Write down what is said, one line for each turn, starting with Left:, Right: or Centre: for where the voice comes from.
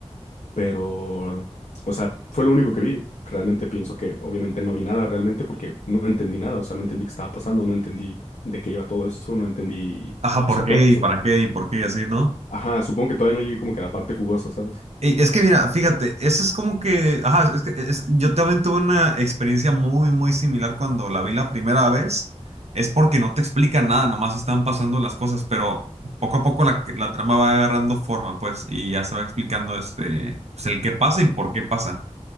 Left: pero, o sea, fue lo único que vi. Realmente pienso que obviamente no vi nada realmente porque no entendí nada, o sea, no entendí qué estaba pasando, no entendí de qué iba todo eso, no entendí,
Right: Ajá, ¿por
Left: o sea,
Right: qué
Left: to- su-
Right: y para qué y por qué y así, ¿no?
Left: ajá, supongo que todavía no llegué como que a la parte jugosa, ¿sabes?
Right: Y es que mira, fíjate, eso es como que, ajá, es que es- yo también tuve una experiencia muy, muy similar cuando la vi la primera vez. Es porque no te explican nada, nomás están pasando las cosas, pero poco a poco la, la trama va agarrando forma, pues, y ya se va explicando este, pues, el qué pasa y por qué pasa.